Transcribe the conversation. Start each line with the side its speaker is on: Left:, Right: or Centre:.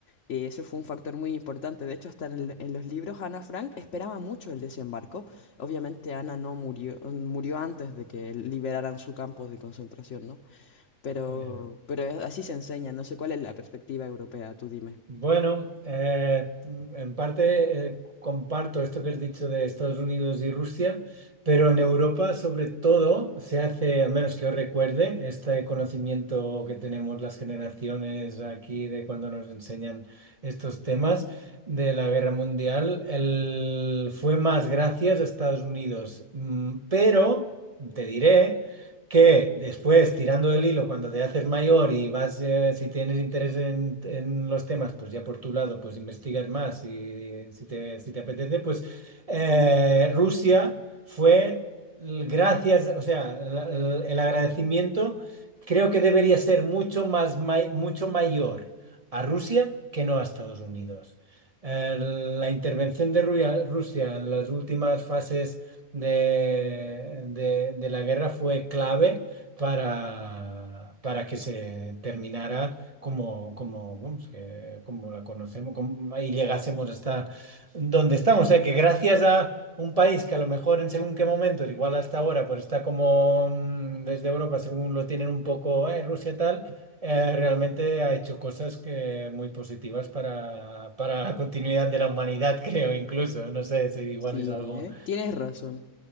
Left: Eh, eso fue un factor muy importante. De hecho, hasta en, el- en los libros, Ana Frank esperaba mucho el desembarco. Obviamente, Ana no murió, murió antes de que liberaran su campo de concentración, ¿no? Pero,
Right: Ya.
Left: pero así se enseña. No sé cuál es la perspectiva europea, tú dime.
Right: Bueno, eh, en parte eh, comparto esto que has dicho de Estados Unidos y Rusia, pero en Europa sobre todo se hace, al menos que yo recuerde, este conocimiento que tenemos las generaciones aquí de cuando nos enseñan estos temas de la guerra mundial, el- fue más gracias a Estados Unidos. Mm, Pero, te diré que después, tirando del hilo, cuando te haces mayor y vas, eh, si tienes interés en, en los temas, pues ya por tu lado, pues investigas más y si te, si te apetece, pues eh, Rusia fue, l- gracias, o sea, la- la- el agradecimiento creo que debería ser mucho más, ma- mucho mayor a Rusia que no a Estados Unidos. Eh, la intervención de Ru- Rusia en las últimas fases de, de- de la guerra fue clave para, para que se terminara como, como, vamos, que, como la conocemos como- y llegásemos hasta donde estamos. O sea, que gracias a un país que a lo mejor en según qué momento, igual hasta ahora, pues está como mm, desde Europa, según lo tienen un poco, eh, Rusia tal. eh, realmente ha hecho cosas que muy positivas para, para la continuidad de la humanidad, <laughs> creo, incluso. No sé si igual
Left: Sí,
Right: es algo,
Left: ¿eh? Tienes razón.